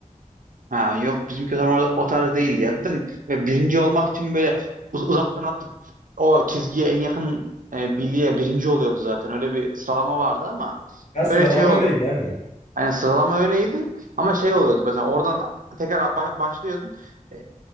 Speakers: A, on the right; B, on the left.
A: Ha, yok bizimki tam orada o tarz değildi ya. Zaten böyle birinci olmak için böyle uz- uzaktan atıp o çizgiye en yakın e, birliğe birinci oluyordu zaten. Öyle bir sıralama vardı ama
B: Ya
A: böyle
B: sıralama
A: şey oldu.
B: öyleydi hani.
A: Yani sıralama öyleydi ama şey oluyordu. Mesela oradan tekrar ba- başlıyordun. E,